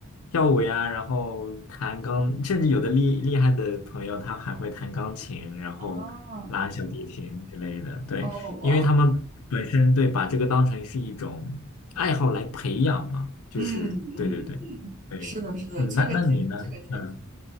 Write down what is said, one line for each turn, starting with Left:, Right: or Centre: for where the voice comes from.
Left: 跳舞呀，然后弹钢，甚至有的厉厉害的朋友，他还会弹钢琴，然后拉小提琴之类的。
Right: 啊，
Left: 对，
Right: 哦，哇，
Left: 因为他们本身对把这个当成是一种爱好来培养嘛，就是对对对对，
Right: 嗯嗯嗯，是的，是的，
Left: 嗯，
Right: 这个这个这个确实，
Left: 那那你呢？嗯